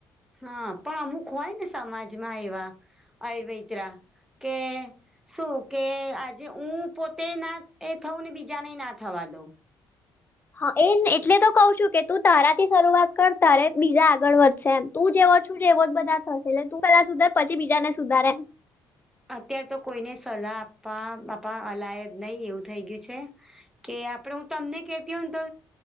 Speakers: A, in the centre; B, on the left.
A: હા પણ અમુક હોય ને સમાજમાં એવા આયુર્વેદરા <unintelligible> કે શું કે આજે હું પોતે ના એ થઉું ને બીજાને ના થવા દઉં.
B: હા એજ એટલે તો કઉ છું કે તું તારાથી શરૂઆત કર તારે જ બીજા આગળ વધશે એમ. તું જેવો છું જેવો જ બધા થશે એટલે તું પેલાા સુધાર પછી બીજા ને સુધારે.
A: અત્ય્યારે તો કોઈને સલાહ આપવા બાપા અલાય જ નહીિ એવું થઈ ગયું છે. કે આપડે હું તમને કેતી હોય ને તો